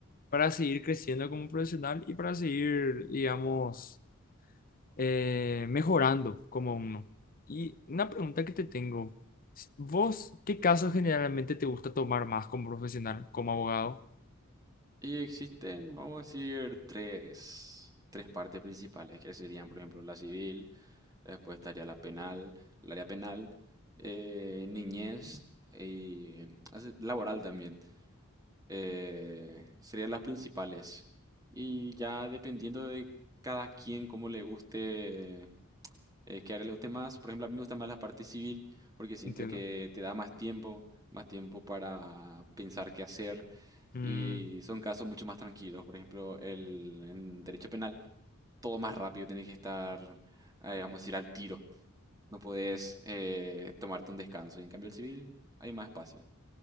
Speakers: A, on the left; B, on the right.
A: para seguir creciendo como profesional y para seguir, digamos, eh, mejorando como uno. Y una pregunta que te tengo, ¿vos qué casos generalmente te gusta tomar más como profesional, como abogado?
B: Y existen, vamos a decir, tres, tres partes principales, que serían, por ejemplo, la civil, Después estaría la penal, el área penal, eh, niñez y así, laboral también. eh, serían las principales. Y ya dependiendo de cada quien, cómo le guste, eh, qué área le guste más. Por ejemplo, a mí me gusta más la parte civil porque siento
A: Entiendo.
B: que te da más tiempo, más tiempo para pensar qué hacer
A: Mm,
B: y son casos mucho más tranquilos. Por ejemplo, el, en derecho penal, todo más rápido, tienes que estar, eh, vamos a decir, al tiro. No podés eh, tomarte un descanso. Y en cambio el civil hay más espacio.